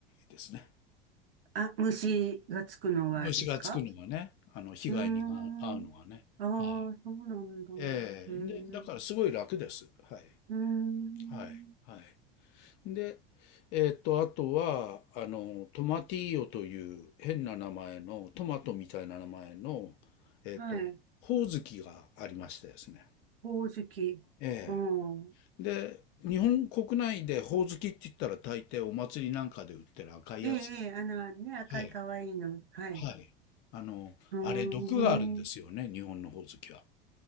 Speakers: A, on the left; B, on the right.
A: ですね。
B: あ、虫がつくのはですか
A: 虫がつくのがね、あの、被害にが遭うのがね。
B: うーん。ああ、
A: はい。
B: そうなんだ。
A: ええで、
B: へえう
A: だからすごい楽です。はい。
B: ーん。
A: はい。はい。で、えーっと、あとは、あの、トマティーヨという変な名前の、トマトみたいな名前の、えーっと、
B: はい。
A: ホオズキがありましてですね。
B: ほおずき。
A: え
B: うん。
A: えで、日本国内でホオズキって言ったら大抵お祭りなんかで売ってる赤いやつ。
B: ええ、ええ、あの、ね、赤い可愛いの。
A: はい。
B: はい。
A: はい。あの、
B: うー
A: あれ毒があるんですよね、
B: ん。
A: 日本のホオズキは。